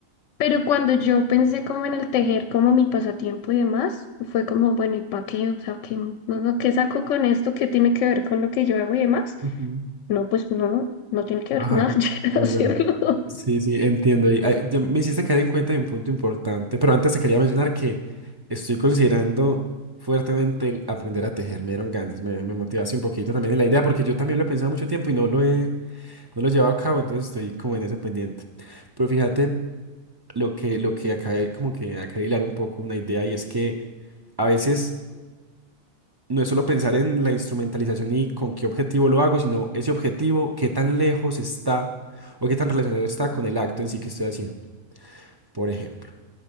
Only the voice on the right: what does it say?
ujú.
Ajá,
es
verdad. Sí, sí, entiendo. Y, ay, ya me hiciste caer en cuenta de un punto importante, pero antes te quería mencionar que estoy considerando fuertemente el aprender a tejer. Me dieron ganas, me, me motivaste un poquito también en la idea, porque yo también lo he pensado mucho tiempo y no lo he, no lo llevo a cabo, entonces estoy como en ese pendiente. Pero fíjate lo que, lo que acabé como que acabé de hilar un poco una idea y es que a veces no es solo pensar en la instrumentalización y con qué objetivo lo hago, sino ese objetivo, qué tan lejos está o qué tan relacionado está con el acto en sí que estoy haciendo, por ejemplo.